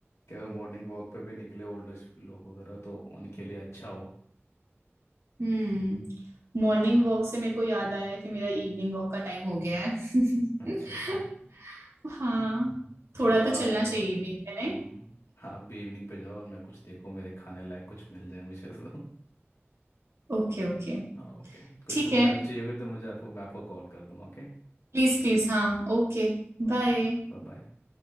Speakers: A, on the left; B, on the right.
A: क्या मॉर्निंग वॉक पे भी निकले ओल्ड एज लोग वगैरह तो उनके लिए अच्छा हो
B: हम्म मॉर्निंग वॉक से मेरे को याद आया कि मेरा इवनिंग वॉक का टाइम हो गया है
A: अच्छा अच्छा
B: <laughs> हाँ
A: चलो
B: थोड़ा तो
A: आप
B: चलना
A: भी
B: चाहिए
A: जाओ हम्म
B: इवनिंग में नहीं
A: आप भी इवनिंग पे जाओ और मैं कुछ देखो मेरे खाने लायक कुछ मिल जाए मुझे तो
B: ओके ओके
A: ओके कुछ
B: ठीक है
A: हेल्प चाहिए होगी तो मुझे आपको मैं आपको कॉल कर दूंगा ओके
B: प्लीज प्लीज हाँ ओके
A: ओके
B: बाय
A: Bye bye